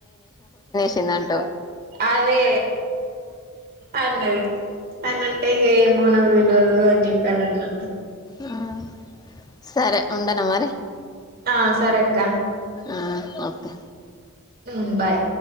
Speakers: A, on the left (about 20°); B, on the right (about 45°).
A: తినండ్
B: అదే అన్నవి అన్నీఅంటే. ఇగే ఏమో నాగు తెల్ ల్వదు అనీ చెేప్పారన్నా.
A: ఆహ్ సరే ఉండనా మరి.
B: ఆ సరే అక్క
A: ఆహ్ ఓకే
B: ఉహ్మ్ బాయ్